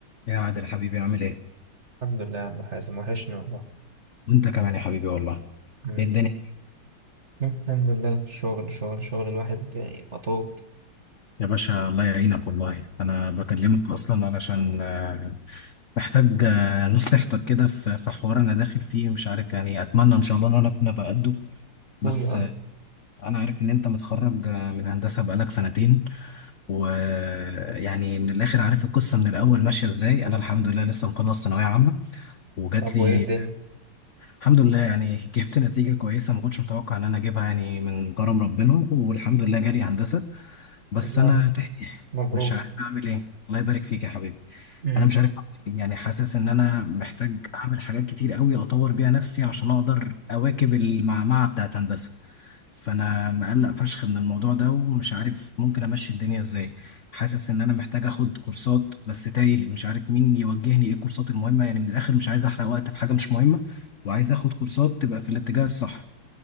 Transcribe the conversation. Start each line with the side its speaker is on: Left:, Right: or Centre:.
Left: يا عادل حبيبي عامل ايه؟
Right: الحمد لله يا عم حازم وحشني والله
Left: وانت كمان يا حبيبي والله
Right: مم.
Left: ايه الدنيا؟
Right: الحمد لله شغل شغل شغل الواحد يعني مضغوط
Left: يا باشا الله يعينك والله انا بكلمك اصلا علشان آه، محتاج آه، نصيحتك كده في في حوار انا داخل فيه مش عارف يعني اتمنى ان شاء الله ان انا اكون بقده بس
Right: قول يا عم
Left: آه، انا عارف ان انت متخرج آه، من هندسة بقالك سنتين ويعني من الاخر عارف القصة من الاول ماشية ازاي انا الحمد لله لسه مخلص ثانوية عامة وجات
Right: طب
Left: لي
Right: وايه الدنيا
Left: الحمد لله يعني <laughs> جبت نتيجة كويسة ما كنتش متوقع إن أنا أجيبها يعني من كرم ربنا والحمد لله جالي هندسة بس
Right: طب يا
Left: أنا
Right: عم
Left: تايه
Right: مبروك
Left: مش عارف أعمل إيه الله يبارك فيك يا حبيبي
Right: مم.
Left: أنا مش عارف أعمل إيه يعني حاسس إن أنا محتاج أعمل حاجات كتير قوي أطور بيها نفسي عشان أقدر أواكب المعمعة بتاعت هندسة فأنا مقلق فشخ من الموضوع ده ومش عارف ممكن أمشي الدنيا إزاي حاسس إن أنا محتاج آخد كورسات بس تايه مش عارف مين يوجهني إيه الكورسات المهمة يعني من الآخر مش عايز أحرق وقت في حاجة مش مهمة وعايز اخد كورسات تبقى في الاتجاه الصح